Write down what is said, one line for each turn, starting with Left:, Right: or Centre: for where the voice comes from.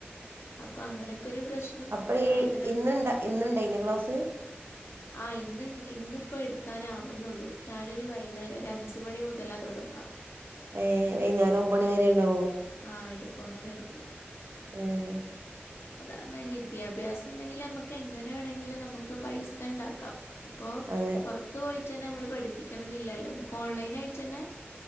Left: അപ്പൊ അങ്ങനെ ഒരു പ്രശ്നം
Right: അപ്പൊ ഈ
Left: അങ്ങനെ
Right: ഇന്നുണ്ട ഇന്നുണ്ടായിനോ ക്ലാസ്
Left: ആഹ് ഇന്ന് ഇന്നിപ്പോ എടുക്കാനാവുന്നുള്ളൂ ഞാനൊരു വൈകുന്നേരം ഒരു അഞ്ച് മണി മുതലാ തുടങ്ങ
Right: ഏഹ് വൈകുന്നേരം ഒമ്പണിവ വരെ ഉണ്ടാവോ
Left: ആഹ് എടുക്കും അങ്ങനെ എടുക്കും
Right: ഉം
Left: അതാണ വിദ്യാഭ്യാസം ഉണ്ടെങ്കിൽ നമ്മുക്ക് എങ്ങനെ വേണമെങ്കിലും നമുക്ക് പൈസ ഉണ്ടാക്കാം ഇപ്പൊ
Right: അതെ
Left: പുറത്ത് പോയിട്ട് തന്നെ നമ്മള് പഠിപ്പിക്കണംന്നില്ലല്ലോ ഓൺലൈൻ ആയിട്ട് തന്നെ